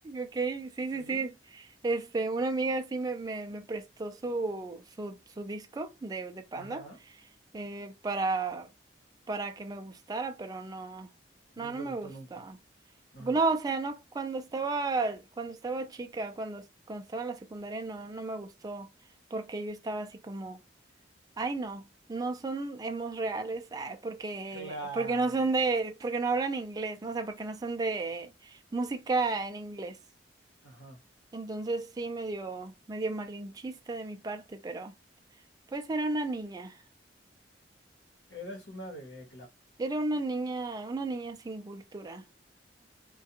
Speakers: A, on the right (about 20°); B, on the left (about 75°).
A: ok, sí, sí,
B: Sí,
A: sí. Este, una amiga sí me, me, me prestó su, su, su disco de, de Panda
B: ajá,
A: eh, para, para que me gustara, pero no, no,
B: no
A: no
B: te
A: me
B: gustó
A: gusta.
B: nunca. Ajá,
A: No, o sea, no, cuando estaba, cuando estaba chica, cuando, cuando estaba en la secundaria, no, no me gustó, porque yo estaba así como Ay, no, no son hemos reales, ay, porque,
B: claro,
A: porque no son de, porque no hablan inglés, ¿no? O sea, porque no son de música en inglés.
B: ajá.
A: Entonces sí, medio, medio malinchista de mi parte, pero pues era una niña.
B: Eres una bebé,
A: Era una niña, una niña sin cultura.